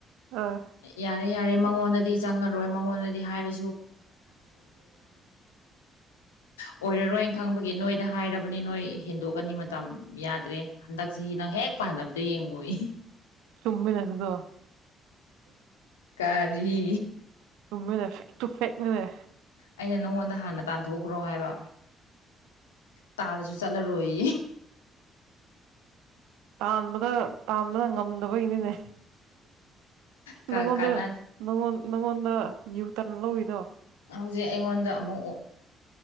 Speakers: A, on the right; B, on the left.
A: ꯑꯥ
B: ꯌꯥꯔꯦ ꯃꯉꯣꯟꯗꯗꯤ ꯆꯪꯉꯔꯣꯏ ꯃꯉꯣꯟꯗ ꯍꯥꯏꯔ ꯀꯣꯏꯣꯏꯣꯏ ꯈ ꯍꯥꯏ ꯕꯅꯤ ꯅꯣꯏ ꯍꯦꯟꯗꯣꯛꯑꯅꯤ ꯃꯇꯝ ꯌꯥꯗ꯭ꯔꯦ ꯍꯟꯗꯛ ꯆꯍꯤ ꯅꯪ ꯍꯦꯛ ꯄꯥꯅꯕꯗ ꯌꯦꯡꯉꯨꯏ
A: ꯆꯨꯝꯃꯤꯟ ꯑꯗꯨ ꯑꯗꯨ
B: ꯀꯥꯔꯤ
A: ꯇꯃꯦꯅꯦ ꯐꯦꯛ ꯇꯨ ꯐꯦꯛꯅꯦꯅꯦ
B: ꯑꯩꯅ ꯅꯪꯉꯣꯟꯗ ꯍꯥꯟꯅ ꯇꯥꯟꯊꯣꯛꯈ꯭ꯔꯣ ꯍꯥꯏꯕ ꯇꯥꯔꯁꯨ ꯆꯂ ꯔꯣꯍꯤ
A: ꯇꯥꯟꯕꯗ ꯇꯥꯟꯕꯗ ꯉꯝꯗꯕꯒꯤꯅꯤꯅꯦ
B: ꯀꯥꯟꯅ
A: ꯅꯉꯣꯟꯗ ꯅꯪꯉꯣꯟ ꯅꯪꯉꯣꯟꯗ ꯌꯨꯇꯅ ꯂꯧꯏꯗꯣ
B: ꯍꯧꯖꯤꯛ ꯑꯩꯉꯣꯟꯗ ꯑꯃꯨꯛ